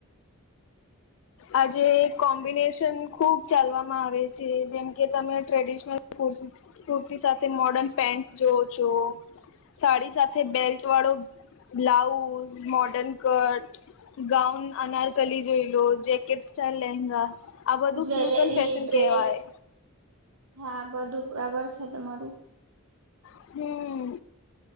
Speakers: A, on the left; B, on the right.
A: આજે કોમ્બિનેશન ખૂબ ચાલવામાં આવે છે, જેમકે તમે ટ્રેડિશનલ <unintelligible> કુર્તી સાથે મોર્ડર્ન પેન્ટસ જોવો છો. સાડી સાથ થે બેલ્ટ વાળો blouse, modern cut gown, anarkali જોઈ લો, જેેકેટ સ્ટાઈવ લેંઘા આ બધું
B: જ્વેલરી
A: ફ્યુઝન ફેશન
B: ડ્રેસ
A: કહેવાય.
B: હા બધું ખરાબર છે તમારું.
A: હમ્મ.